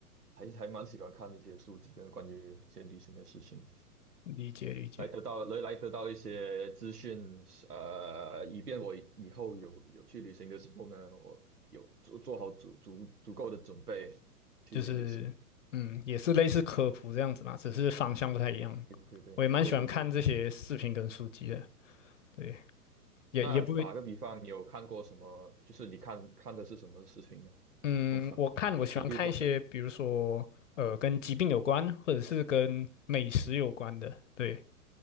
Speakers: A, on the right (about 75°); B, on the left (about 55°).
A: 还是还蛮喜欢看一些书籍啊，关于一些旅行的事情。
B: 理解理解，
A: 来得到来来得到一些资讯，呃，以便我以后有有去旅行的时候呢，我有做做好足足足够的准备去旅行。
B: 就是嗯，也是类似科普这样子嘛，只是方向不太一样。
A: 对对对对对对。
B: 我也蛮喜欢看这些视频跟书籍的，对，也也不
A: 那打个比方，你有看过什么？就是你看看的是什么事情啊？
B: 嗯，
A: 通常都是有关的，
B: 我看我喜欢看一些，比如说呃，跟疾病有关，或者是跟美食有关的。对，